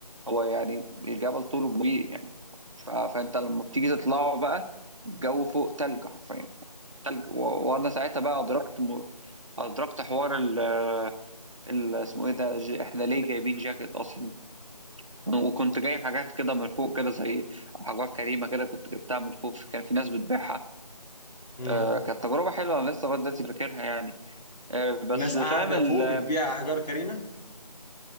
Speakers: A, on the right; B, on the left.
A: هو يعني الجبل طوله كبير يعني ف... فانت لما بتيجي تطلعه بقى الجو فوق تلج حرفيا تلج و... وانا ساعتها بقى ادركت م... ادركت حوار ال... ال... اسمه ايه ده ج... احنا ليه جايبين جاكيت اصلا وكنت جايب حاجات كده من فوق كده زي حاجات كريمه كده كنت جبتها من فوق كان في ناس بتبيعها
B: مم.
A: آه، كانت تجربة حلوة أنا لسه لغاية دلوقتي فاكرها يعني آه، بس
B: الناس
A: فاهم
B: قاعده
A: ال...
B: فوق بتبيع احجار كريمه